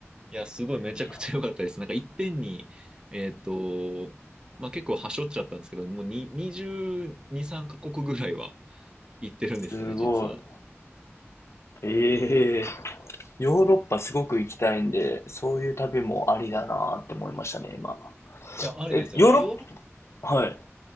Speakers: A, on the right; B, on the left.
A: いや、すごいめちゃくちゃ良かったです。
B: いや、
A: なんかいっぺんに、えっと、まあ結構はしょっちゃったんですけど、もうに22、3カ国ぐらいは行ってるんですよね、
B: すごい。
A: 実は。
B: ええ、ヨーロッパすごく行きたいんで、そういう旅もありだなーって思いましたね、今。
A: いや、ありですよ。
B: え、ヨーロッパ、
A: なんかヨーロッ
B: はい。